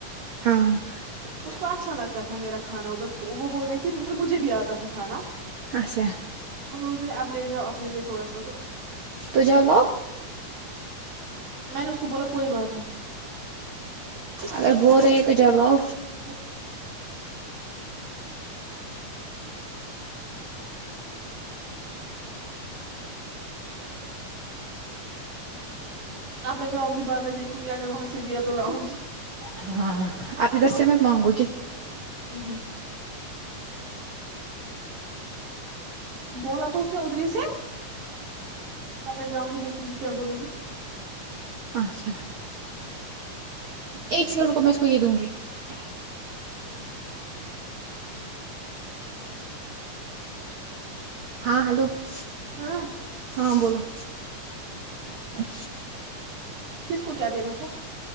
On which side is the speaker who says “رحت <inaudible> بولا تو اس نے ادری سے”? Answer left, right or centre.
Right